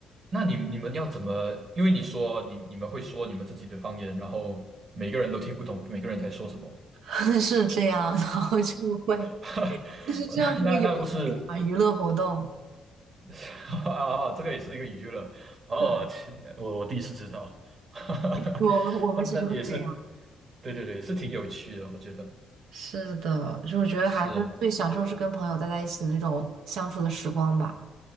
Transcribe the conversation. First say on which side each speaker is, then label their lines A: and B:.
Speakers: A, on the right; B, on the right.
A: 那你你们要怎么？因为你说你你们会说你们自己的方言，然后每个人都听不懂，每个人在说什么，
B: <laughs> 是这样，然后就会。
A: <laughs>
B: 就是这样是个有
A: 那那不是
B: 啊娱乐活动。
A: <laughs> 啊？这个也是一个娱乐哦，
B: 对，
A: 切我我第一次知道，<laughs>
B: 我们我们其实会这样。
A: 不，但也是，对对对，是挺有趣的，我觉得
B: 是的，所以我觉得还是最享受是跟朋友待在一起的那种相处的时光吧。
A: 是。